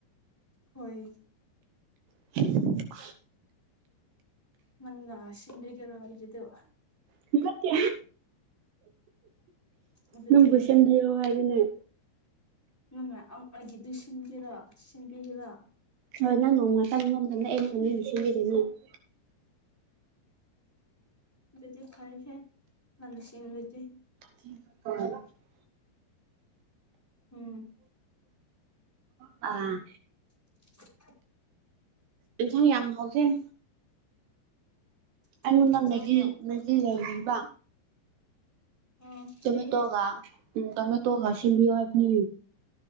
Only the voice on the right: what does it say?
<inaudible>
ꯅꯠꯇꯦ
ꯅꯪꯕꯨ ꯁꯦꯝꯕꯤꯌꯣ ꯍꯥꯏꯕꯅꯦ
ꯍꯣꯏ ꯅꯪ ꯅꯣꯡꯃꯇꯪ <unintelligible>
<unintelligible>
ꯑꯥ
ꯏꯟꯁꯥꯡ ꯌꯥꯝ ꯍꯥꯎꯖꯩ
ꯑꯩꯉꯣꯟꯗ
ꯃꯦꯒꯤ
ꯃꯦꯒꯤ ꯂꯩꯔꯤꯕ
ꯇꯣꯃꯦꯇꯣꯒ
ꯎ ꯇꯣꯃꯦꯇꯣꯒ ꯁꯤꯝꯕꯤꯌꯨ ꯍꯥꯏꯕꯅꯤ